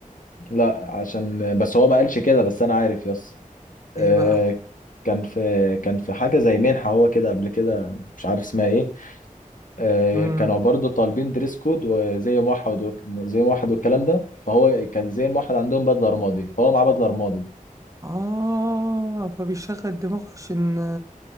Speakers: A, on the left; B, on the right.
A: لا عشان بس هو ما قالش كده بس انا عارف يس آه،
B: ايه بقى
A: كان في كان في حاجه زي منحه هو كده قبل كده مش عارف اسمها ايه آه،
B: امم
A: كانوا برضه طالبين دريس كود وزي موحد و- زي موحد والكلام ده فهو كان زي موحد عندهم بدله رمادي فهو معاه بدله رمادي
B: اه فبيشغل دماغه عشان